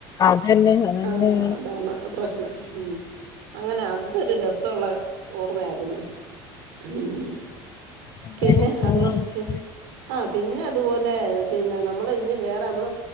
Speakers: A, on the left; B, on the right.
A: അതന്നെ അതങ്ങനെയാണ്
B: ആഹ അതാണ് പ്രശ്നം ഉം അങ്ങനെ അതൊരു രസ്വള്ള ഓർമ്മയായിരുന്ന് ഉം
A: അങ്ങനെയൊക്കെ
B: പിന്നെ
A: പോണം
B: അതോ
A: എന്നാല്
B: എ ആ പിന്നെ അതുപോലെ പിന്നെ നമ്മൾ ഇഞ് വേറെ അമ്മൾ